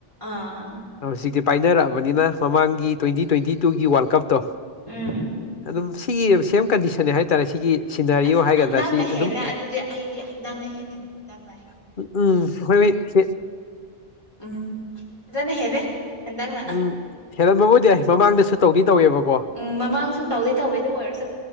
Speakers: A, on the left (about 30°); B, on the left (about 55°).
A: ꯑꯥ
B: ꯍꯧꯖꯤꯛꯇꯤ ꯄꯥꯏꯅꯔꯛꯑꯕꯅꯤꯅ ꯃꯃꯥꯡꯒꯤ ꯇ꯭ꯋꯦꯟꯇꯤ ꯇ꯭ꯋꯦꯟꯇꯤ ꯇꯨꯒꯤ ꯋꯥꯔꯜ ꯀꯞꯇꯣ
A: ꯎꯝ
B: ꯑꯗꯨꯝ ꯁꯤꯒꯤ ꯁꯦꯝ ꯀꯟꯗꯤꯁꯟꯅꯦ ꯍꯥꯏꯇꯥꯔꯦ ꯁꯤꯒꯤ ꯁꯤꯅꯔꯤꯑꯣ
A: ꯑꯁ
B: ꯍꯥꯏꯒꯗ꯭ꯔꯥ
A: ꯍꯟꯗꯛꯅ
B: ꯁꯤ
A: ꯍꯦꯜꯂꯦ
B: ꯑꯗꯨꯝ
A: ꯑꯗꯨꯗꯤ ꯑꯩꯗꯤ ꯍꯟꯗꯛꯅ ꯍꯦꯜꯂꯦ ꯍꯟꯗꯛꯅ ꯍꯦꯜꯂꯦ
B: ꯎ ꯎꯝ ꯑꯩꯈꯣꯏꯒꯤ <unintelligible>
A: ꯎꯝ ꯍꯟꯗꯛꯅ ꯍꯦꯜꯂꯦ ꯍꯟꯗꯛꯅ
B: ꯎꯝ ꯍꯦꯜꯂꯝꯕꯕꯨꯗꯤ ꯌꯥꯏ ꯃꯃꯥꯡꯗꯁꯨ ꯇꯧꯗꯤ ꯇꯧꯋꯦꯕꯀꯣ
A: ꯎꯝ ꯃꯃꯥꯡꯁꯨ ꯇꯧꯗꯤ ꯇꯧꯋꯦ ꯑꯗꯨ ꯑꯣꯏꯔꯁꯨ